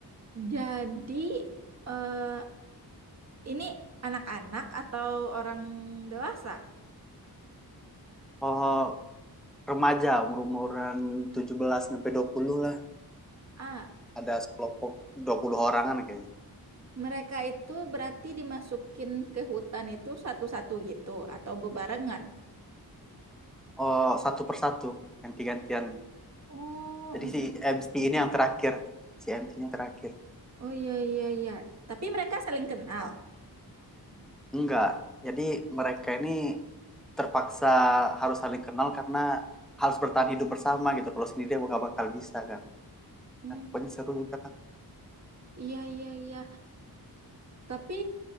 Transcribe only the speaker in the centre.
Oh, remaja umur-umuran 17 sampai 20 lah.
Ada kelompok 20 orangan kayaknya.
Oh, satu persatu ganti-gantian.
Jadi
si MC ini yang terakhir. Si MC-nya terakhir.
Enggak. Jadi mereka ini terpaksa harus saling kenal karena harus bertahan hidup bersama gitu. Kalau sendiri dia nggak bakal bisa kan.
Nah, pokoknya seru juga